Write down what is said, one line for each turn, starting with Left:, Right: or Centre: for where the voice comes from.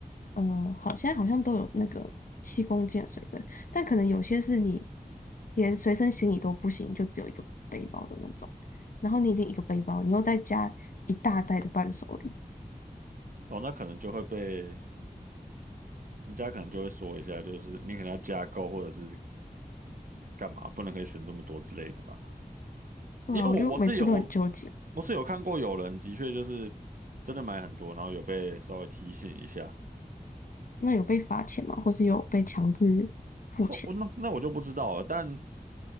Left: 呃，好，现在好像都有那个七公斤的随身，但可能有些是你连随身行李都不行，就只有一个背包的那种。然后你已经一个背包，你又再加一大袋的伴手礼，
Right: 哦，那可能就会被人家可能就会说一下，就是你可能要加购或者是干嘛，不能可以选这么多之类的吧。
Left: 对啊，
Right: 因为我我是有我我是有看过有人的确就是真的买很多，
Left: 我就每次都很纠结。
Right: 然后有被稍微提醒一下。
Left: 那有被罚钱吗？或是有被强制付钱？
Right: 后我那那我就不知道了，但